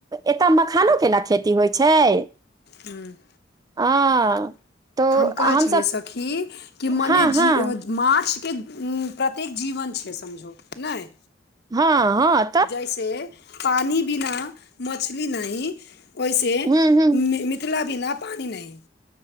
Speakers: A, on the right; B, on the left.
A: एतय मखानो केना खेती होइ छै
B: हूँ
A: हँ तो
B: हम कहै
A: हमसभ
B: छलियै सखी कि मने
A: हँ
B: जी
A: हँ
B: माछके कते जीवन छै समझो नाय
A: हँ हँ
B: जैसे पानी बिना मछली नहि ओैसे
A: हम्म हम्म
B: मी मीत <unintelligible> बिना पानि नहि